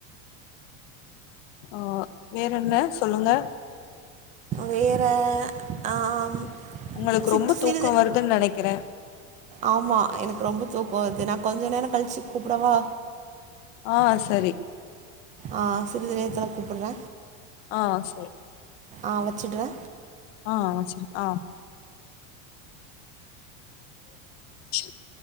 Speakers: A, on the left; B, on the right.
A: ஆஹ வேற என்ன சொல்லுங்க
B: வேற ஆம்
A: உங்களுக்கு
B: சிற்று
A: ரொம்ப
B: சிறிது
A: தூக்கம் வருதுன்னு நினைக்கிறேன்
B: ஆமா எனக்கு ரொம்ப தூக்கம் அது நான் கொஞ்சோ நேரம் கழிச்சு கூப்பிடவா
A: ஆ சரி
B: ஆ சிறிது நேரத்துல தொடர்பு கூப்புற
A: ஆ சரி
B: ஆ வெச்சுடுறே
A: ஆ வெச்சுடுங்க ஆ <unintelligible>